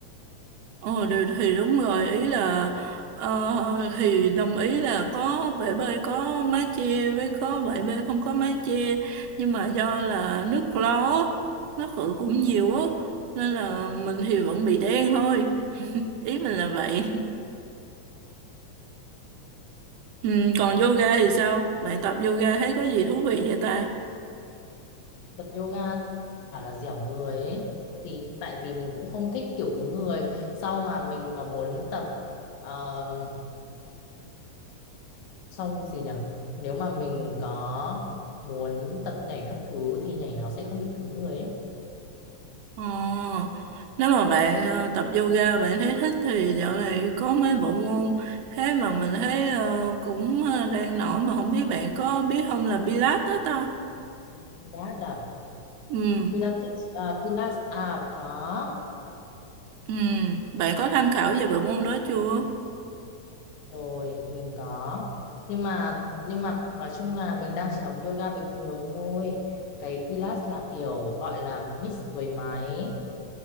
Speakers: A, on the right; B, on the left.
A: Ờ thì, thì đúng rồi ý là ờ, thì đồng ý là có bể bơi có mái che với có bể bơi không có mái che nhưng mà do là nước lo á, nó khử cũng nhiều á nên là mình thì vẫn bị đen thôi <laughs> ý mình là vậy ừ, còn yoga thì sao bạn tập yoga thấy có gì thú vị vậy ta
B: Tập yoga bảo là dẻo người ấy. Thì tại vì mình cũng không thích kiểu cứng người. Sau mà mình có muốn tập um, xong gì nhở? Nếu mà mình có muốn tập nhảy các thứ thì nhảy nó sẽ không bị cứng người ấy.
A: Ờ, nếu mà bạn ờ, tập yoga bạn thấy thích thì dạo này có mấy bộ môn thế mà mình thấy ờ, cũng ờ, đang nổi mà không biết bạn có biết không là Pilates đó ta.
B: Pilates à?
A: Ừ,
B: Pilates, à, Pilates à, có.
A: ừ, bạn có tham khảo về bộ môn đó chưa?
B: rồi mình có nhưng mà nhưng mà nói chung là mình đang chỉ học yoga bình thường thôi cái Pilates là kiểu gọi là mix với máy